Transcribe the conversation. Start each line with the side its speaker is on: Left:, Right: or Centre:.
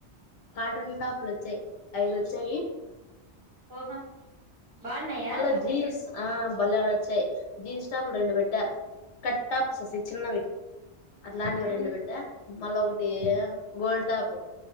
Left: కాటన్ టాప్లు వచ్చాయి ఐదు వచ్చాయి
Right: ఓహో బాగున్నాయా
Left: మళ్ళా జీన్స్ ఆమ్ బల్లే వచ్చయ్ జీన్స్ టాపుల్ రెండు వెట్ట కట్ట్ టాప్స్ సి చిన్నవి అట్లాంటివి
Right: ఉహు
Left: రెండు పెట్టా మళ్ళా ఒకటి గొల్డ్ టాప్